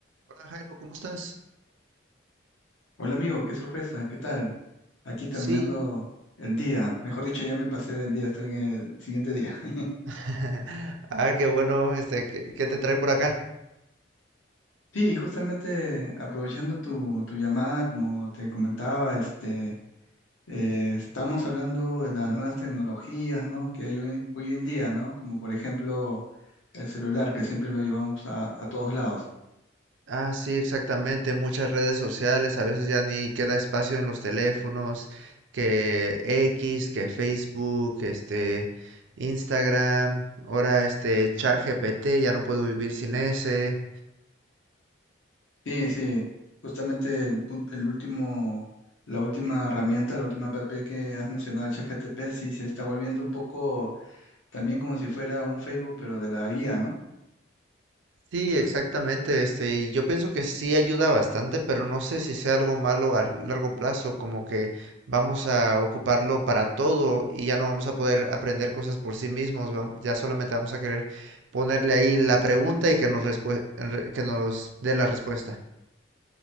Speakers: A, on the right (about 75°); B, on the left (about 80°).
A: Hola Jairo, ¿cómo estás?
B: Hola amigo, qué sorpresa, ¿qué tal? Aquí terminando
A: Sí.
B: el día, mejor dicho, ya me pasé del día, estoy en el siguiente día. <laughs>
A: <laughs> Ah, qué bueno, este, ¿qué, qué te trae por acá?
B: Sí, justamente aprovechando tu, tu llamada, como te comentaba, este, eh, estamos hablando de las nuevas tecnologías, ¿no? que hay hoy, hoy en día, ¿no? Como por ejemplo el celular, que siempre lo llevamos a, a todos lados.
A: Ah, sí, exactamente. Muchas redes sociales, a veces ya ni queda espacio en los teléfonos, que X, que Facebook, este, Instagram, ahora este ChatGPT, ya no puedo vivir sin ese.
B: Sí, sí, justamente el, pun- el último, la última herramienta, la última app que has mencionado, el ChatGPT, sí se está volviendo un poco También como si fuera un Facebook, pero de la IA, ¿no?
A: Sí, exactamente. Este, y yo pienso que sí ayuda bastante, pero no sé si sea algo malo a largo plazo, como que vamos a ocuparlo para todo y ya no vamos a poder aprender cosas por sí mismos. vam- Ya solamente vamos a querer ponerle ahí la pregunta y que nos respue- re- que nos dé la respuesta.